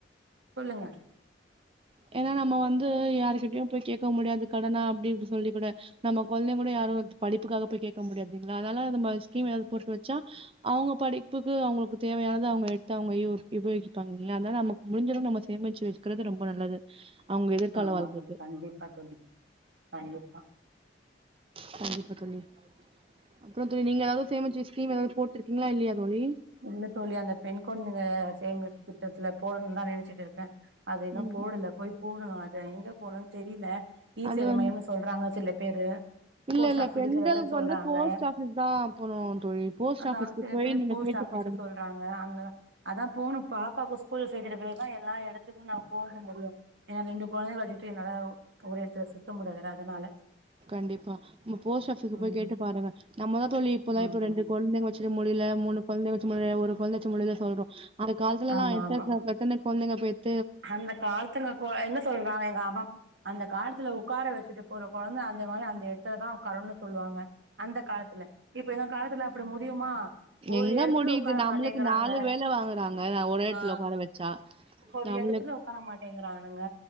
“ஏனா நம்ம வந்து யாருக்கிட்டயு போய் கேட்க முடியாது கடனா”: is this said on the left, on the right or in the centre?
Right